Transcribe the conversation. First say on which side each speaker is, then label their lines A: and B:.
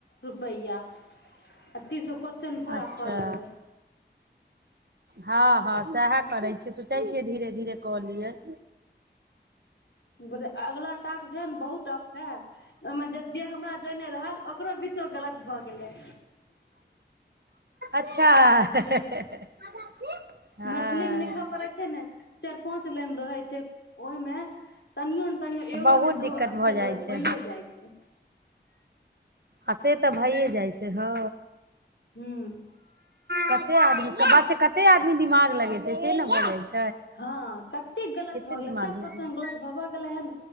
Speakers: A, on the left; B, on the right.
A: रुपैआ आ तीस गो क्वेश्चन पूरा
B: अच्छा
A: कऽ लेबै
B: हँ हँ सएह करै छियै सुचै छियै धीरे धीरे कलियै <inaudible>
A: बोल अगलाा टास्क जे है ने बहुत टफ है ओहिमे जे जे हमरा जोने रहल ओकरो विषो गलत भऽ गेलै
B: अच्छा हँ
A: मैथिली मे लिखय पड़े छै ने चार पाँंच लाइन रहै छै से ओहिमे तनिओ ने तनिओ
B: तऽ
A: एगो
B: बहुत
A: ने
B: दिक्कत
A: दूगो अक्षर
B: भऽ जाइ
A: गलत
B: छै
A: होइए जाइ छै
B: अे तऽ भइए जाइ छै हँ
A: ह्म
B: कते आदमी बच्च कते आदमी दिमाग लगेतै से ने भऽ जाइ छै <unintelligible>
A: हँ कतेक गलत
B: कते
A: भऽ गेलै
B: दिमाग
A: सभके
B: लगेतै
A: स गलत भबऽ गेलै हन